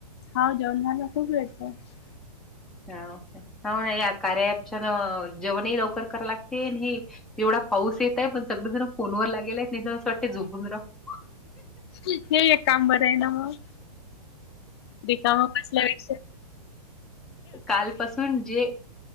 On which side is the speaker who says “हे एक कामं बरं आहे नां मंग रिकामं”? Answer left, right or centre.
Left